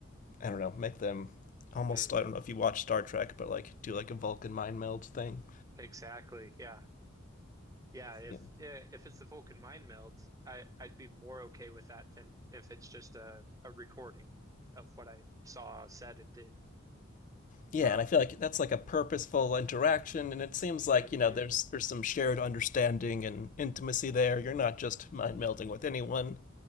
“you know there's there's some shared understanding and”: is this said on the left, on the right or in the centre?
Left